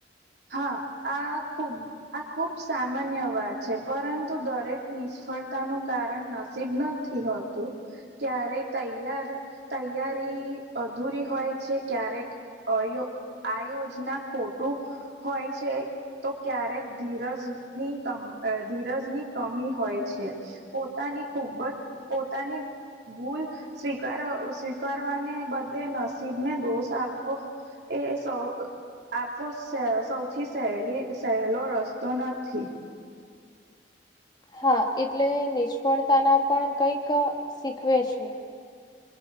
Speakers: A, on the right (about 65°); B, on the left (about 25°).
A: હા આ ખૂબ આ ખુબ સામાન્ય વાત છે પરંતુ દરેક નિષ્ફળ કારણ નસીબ નથી હોતું ક્યારે તૈયાર તૈયારી અધૂરી હોય છે ક્યારેક અયો આ યોજના ખોટું હોય છે તો ક્યારેક ધીરજની કમી હોય છે પોતાની ખૂબ જ પોતાની ભૂલ સ્વીકાર સ્વીકારવાને બદલે નસીબ ને દોષ આપવો એ સૌ આપો છે <unintelligible> થી સહેલી સહેલો રસ્તો નથી
B: હા એટલે નિષ્ફળતાના પણ કંઈક શીખવે છે